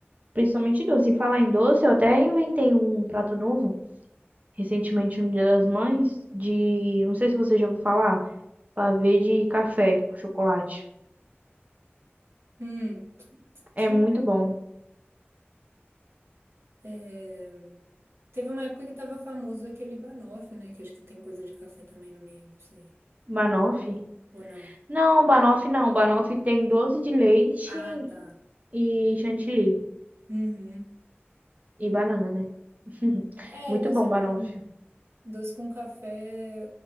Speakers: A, on the right; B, on the right.
A: principalmente doce. Em falar em doce, eu até inventei um prato novo recentemente no Dia das Mães, de, não sei se você já ouviu falar, pavê de café com chocolate.
B: Hum,
A: É
B: tinha.
A: muito bom.
B: é, Teve uma época que tava famoso aquele banoffee, né? Que acho que tem coisa de café também no meio, não sei.
A: Banoffee?
B: Ou não?
A: Não, banoffee não. Banoffee tem doce de leite
B: Ah, tá.
A: e chantilly.
B: Uhum.
A: E banana, né? <laughs>
B: É,
A: Muito
B: doce
A: bom,
B: com,
A: banoffee.
B: doce com café.